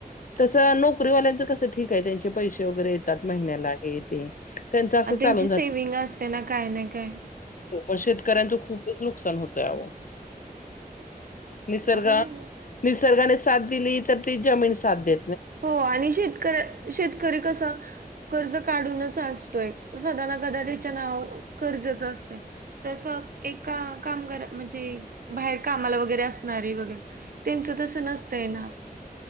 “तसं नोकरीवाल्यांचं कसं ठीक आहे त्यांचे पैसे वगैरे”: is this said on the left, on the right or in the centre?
Left